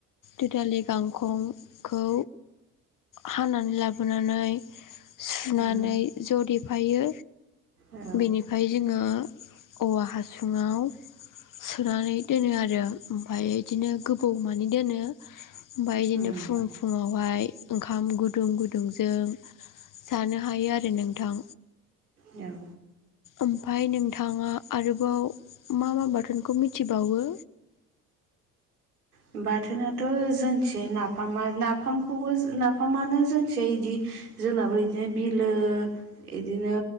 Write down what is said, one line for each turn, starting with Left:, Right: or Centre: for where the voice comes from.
Left: दुदालि गांखंखौ हानानै लाबोनानै सुनानै
Right: उम
Left: ज' देफायो
Right: औ
Left: बेनिफ्राय जोङो औवा हासुङाव सोनानै दोनो आरो ओमफाय इदिनो गोबौ मानि दोनो ओमफाय इदिनो
Right: उम
Left: फुं फुुंङावहाय ओंखाम गुदुं गुदुंजों जानो हायो आरो नोंथां।
Right: औ
Left: ओमफाय नोंथाङा आरोबाव मा मा बाथोनखौ मिथिबावो?
Right: <unintelligible> बाथोनाथ' जोंथिजाय नाफामा नाफामखौबो नाफामानो जोंथिजाय इदि जोंनाबो इदिनो बिलो इदिनो